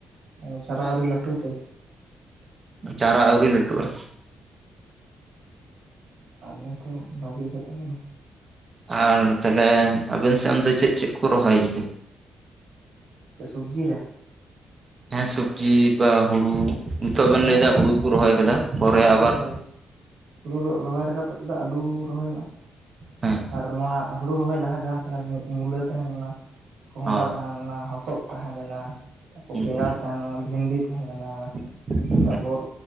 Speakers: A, on the right; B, on the right.
A: ᱟᱫᱚ ᱪᱟᱨᱟ ᱟᱹᱣᱨᱤ ᱞᱟᱹᱴᱩ ᱛᱮ?
B: ᱪᱟᱨᱟ ᱟᱹᱣᱨᱤ ᱞᱟᱹᱴᱩ ᱟ᱾
A: ᱛᱟᱦᱞᱮ ᱛᱚ ᱵᱷᱟᱜᱮ ᱠᱟᱛᱷᱟ ᱠᱟᱱᱟ᱾
B: ᱟᱨ ᱛᱟᱞᱦᱮ ᱟᱵᱮᱱ ᱥᱮᱫ ᱚᱱᱛᱮ ᱪᱮᱫ ᱪᱮᱫ ᱠᱚ ᱨᱚᱦᱚᱭ ᱜᱮᱛᱮ?
A: ᱪᱮᱫ ᱥᱚᱵᱡᱤ ᱨᱮ?
B: ᱦᱮᱸ ᱥᱚᱵᱡᱤ ᱵᱟ ᱦᱩᱲᱩ, ᱱᱤᱛᱚᱜ
A: ᱦᱮᱸ
B: ᱵᱮᱱ ᱞᱟᱹᱭᱫᱟ ᱦᱩᱲᱩ ᱠᱚ ᱨᱚᱦᱚᱭ ᱠᱟᱫᱟ
A: ᱦᱳᱭ
B: ᱯᱚᱨᱮ
A: ᱦᱩᱲᱩ
B: ᱟᱵᱟᱨ
A: ᱠᱚ ᱨᱚᱦᱚᱭ ᱦᱩᱲᱩ ᱨᱚ ᱨᱚᱦᱚᱭ ᱨᱟᱠᱟᱵ ᱠᱟᱛᱮᱫ ᱫᱚ ᱟᱹᱞᱩ ᱨᱚᱦᱚᱭᱚᱜᱼᱟ᱾
B: ᱦᱮᱸ
A: ᱟᱨ ᱱᱚᱣᱟ ᱦᱩᱲᱩ ᱨᱚᱦᱚᱭ ᱞᱟᱦᱟ ᱡᱟᱦᱟᱸ ᱛᱷᱟᱞᱮᱱ ᱢᱩᱜ ᱢᱩᱞᱟᱹ ᱛᱟᱦᱮᱞᱮᱱᱟ᱾ ᱠᱚᱸᱦᱰᱟ
B: ᱚ
A: ᱛᱟᱦᱮᱸ ᱞᱮᱱᱟ, ᱦᱚᱛᱚᱫ ᱛᱟᱦᱮᱸ ᱞᱮᱱᱟ, ᱛᱟᱯᱚᱨ
B: ᱦᱩᱸ
A: ᱵᱮᱸᱜᱟᱲ ᱛᱟᱦᱮᱸ ᱞᱮᱱᱟ, ᱵᱷᱤᱱᱰᱤ ᱛᱟᱦᱮᱸ ᱞᱮᱱᱟ᱾
B: ᱻ <inaudible>
A: ᱛᱟᱯᱚᱨ